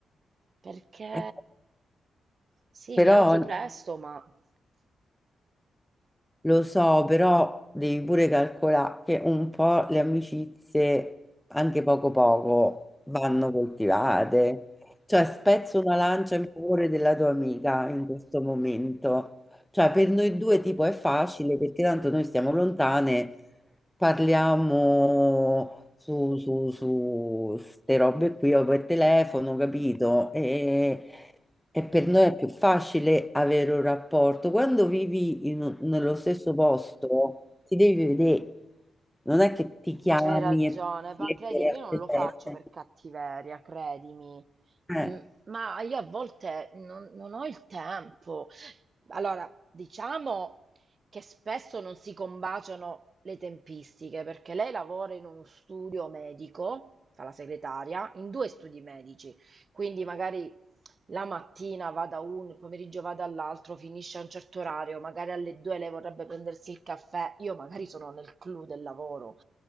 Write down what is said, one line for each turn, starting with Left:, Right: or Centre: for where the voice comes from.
Right: Perché
Centre: eh,
Right: sì,
Centre: però
Right: mi alzo presto, ma
Centre: Lo so, però devi pure calcolare che un po' le amicizie, anche poco poco, vanno coltivate. Cioè, spezzo una
Right: eh,
Centre: lancia in favore della tua amica in questo momento. Cioè, per noi due tipo è facile perché tanto noi stiamo lontane, parliamo su, su, su ste robe qui o per telefono, capito? E, e per noi è più facile avere un rapporto. Quando vivi in un- nello stesso posto, ti devi vedere. Non è che ti chiami
Right: c'hai ragione,
Centre: e
Right: ma
Centre: ti leggere
Right: credimi,
Centre: a
Right: io non
Centre: te
Right: lo
Centre: testa.
Right: faccio per cattiveria, credimi.
Centre: Eh,
Right: Mm, Ma io a volte non, non ho il tempo. Allora, diciamo che spesso non si combaciano le tempistiche, perché lei lavora in uno studio medico, fa la segretaria, in due studi medici, quindi magari la mattina va da uno, il pomeriggio va dall'altro, finisce a un certo orario, magari alle due lei vorrebbe prendersi il caffè, io magari sono nel clou del lavoro.